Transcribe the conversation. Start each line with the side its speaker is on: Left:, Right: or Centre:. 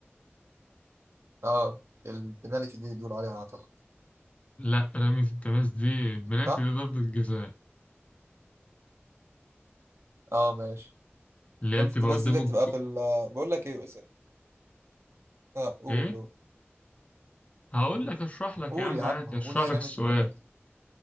Right: اه البنالتي دي اللي بيقولوا عليها اعتقد
Left: لا رمية التماس دي بنالتي
Right: صح
Left: دي ضربة الجزاء
Right: اه ماشي
Left: اللي
Right: رمية
Left: هي بتبقى
Right: التماس
Left: قدام
Right: دي اللي بتبقى
Left: الجو
Right: في ال بقول لك ايه اسال اه قول
Left: إيه؟
Right: قول
Left: هقول لك أشرح لك
Right: قول
Left: يا عم
Right: يا
Left: عادي
Right: عم
Left: أشرح
Right: قول ايه
Left: لك
Right: رمية
Left: السؤال
Right: التماس